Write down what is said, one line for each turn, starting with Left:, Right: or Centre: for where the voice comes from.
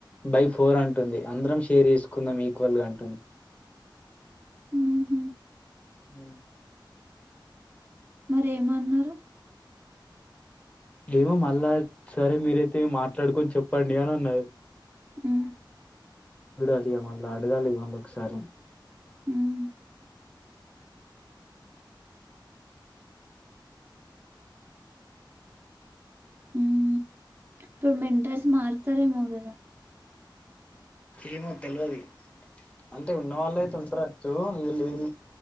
Left: బై ఫోర్ అంటుంది అందరం షేర్ జేస్కుందాం ఈక్వల్ గా అంటుంది
Right: హుహు
Left: ఊ
Right: మరి ఏమన్నారు
Left: ఏమో మళ్ళా సరే మీరైతే మాట్లాడుకొన్ చొప్పండి అని అన్నా <unintelligible>
Right: ఉ
Left: చూడాలిగా మళ్ళా అడగాలిగ మళ్ళొకసారి
Right: హ్మ్ ఊ ఇఫ్ మెంటర్స్ మార్తారేమో గదా
Left: ఏమో తెల్వాది అంటే ఉన్నవాల్లే <unintelligible> వీల్లేమి